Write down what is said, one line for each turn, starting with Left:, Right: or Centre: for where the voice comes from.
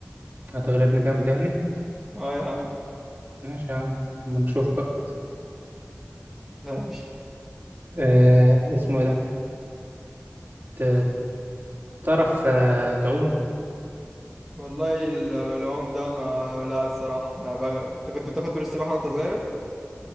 Right: هتغلبني جامد يعني
Centre: اه يا عم
Right: ماشي يا عم اما نشوف بقى
Centre: ماشي
Right: إيه اسمه إيه ده ت- تعرف آه، تعوم؟
Centre: والله ال- العوم ده انا لا الصراحه أنا بغرق انت كنت بتاخد دروس سباحه وانت صغير